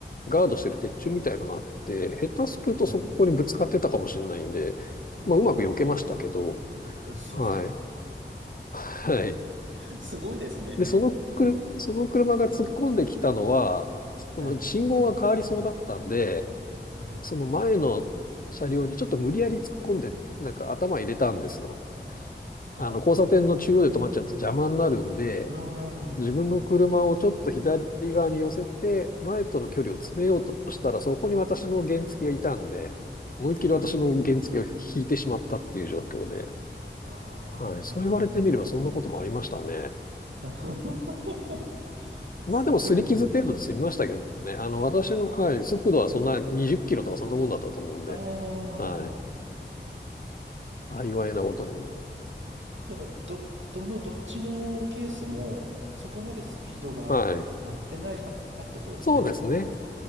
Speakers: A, on the left; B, on the right.
A: ガードしてる鉄柱みたいのがあって、下手するとそこにぶつかってたかもしれないんで、
B: はい。うわ
A: まあ、うまく避けましたけど、
B: ー。すごい。
A: はい。はい。
B: <laughs> すごいですね。
A: で、そのくる、その車が突っ込んできたのは、その信号が変わりそうだったんで、
B: <laughs> はい。はい。
A: その前の車両にちょっと無理やり突っ込んで、なんか頭入れたんですよ。
B: はい。
A: あの、交差点の中央で止まっちゃうと邪魔になるんで、
B: ああ、
A: 自分の車をちょっと左側に寄せて、前との距離を詰めようとしたら、そこに私の原付がいたんで、思いっきり私の原付を引いてしまったっていう状況で、
B: うーん。あ
A: はい、そう言われてみればそんなこともありましたね。
B: あ。<laughs> すごいですね。
A: まあでも擦り傷程度で済みましたけどね。あの、私の、はい、速度はそんな20キロとかそんなもんだったと思うんで、
B: ああ。
A: はい、幸いなことに。
B: だから、だから、ど、どの、どっちのケースも、そこまでスピードが乗ってないかったってことですもんね。
A: はい。そうですね。